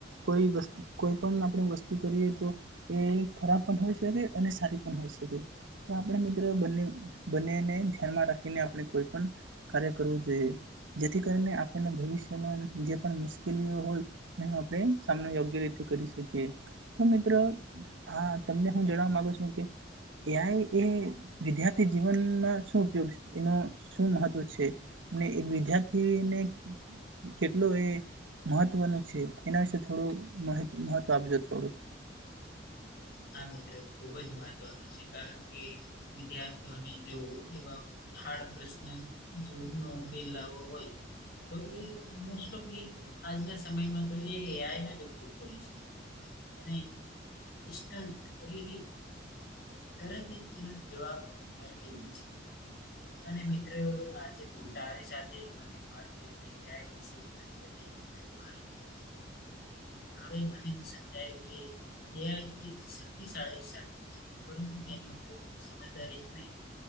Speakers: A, on the right; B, on the left.
A: કોઈ વત કોઈ પણ આપણે વસ્તુ કરીએ તો એ ખરાબ પણ હોઈ શકે અને સારી પણ હોઈ શકે. તો આપણે મિત્ર બને બંનેને ધ્યાનમાં રાખીને આપણે કોઈ પણ કાર્ય કરવું જોઈએ. જેથી કરીને આપણને ભવિષ્યમાં જે પણ મુશ્કેલીઓ હોય એનો આપણે સામનો યોગ્ય રીતે કરી શકીએ. તો મિત્ર આ તમને હું જણવા માંગુ છું કે એઆઈ એ વિદ્યાર્થી જીવનના શું ઉપયોગ એનો શું મહત્વ છે? અને વિદ્યાર્થીને કેટલો એ મહત્વનું છે, એના વિશે થોડું મહત્વ આપજો થોડું.
B: હા મિત્ર ખૂબ જ મહત્વનો છે. કારણ કે વિદ્યાર્થીઓને જો એવા હાર્ડ પ્રશ્ન <inaudible> ઉકેલ લાવો હોય તો એ મોસ્ટ ઓફલી આજના સમયમાં તો એ એઆઈનો જ ઉપયોગ કરે છે. અને <unintelligible> તરત જ એના જવાબ મેળવી લે છે. અને મિત્ર આજે તારી સાથે મને વાત કરીને એઆઈ વિશે ઘણી બધી નવી માહિતી મળી. હવે મને સમજાયું કે એઆઈ એ શક્તિશાળી સાધન છે. પરંતુ તેનો ઉપયોગ સમજદારી અને